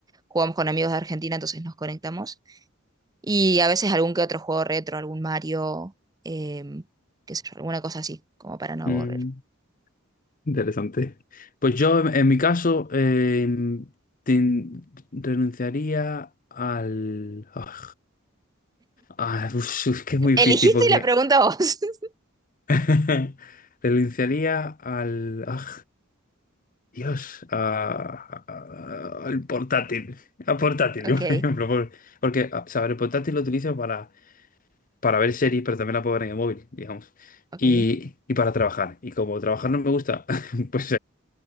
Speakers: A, on the right; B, on the left.
A: jugamos con amigos de Argentina, entonces nos conectamos. Y a veces algún que otro juego retro, algún Mario, em, qué sé yo, alguna cosa así, como para no
B: Mm,
A: aburrir.
B: interesante. Pues yo, en, en mi caso, eh, ten- renunciaría al... ah, Ah, <laughs> pues, es que es muy difícil
A: Eligiste
B: porque
A: la pregunta vos. <laughs>
B: <laughs> renunciaría al... ah, Dios, a- a- al portátil. Al portátil,
A: Ok,
B: <laughs> por ejemplo. por- Porque, ah, o sea, el portátil lo utilizo para, para ver series, pero también la puedo ver en el móvil, digamos.
A: ok,
B: Y, y para trabajar. Y como trabajar no me gusta, <laughs> pues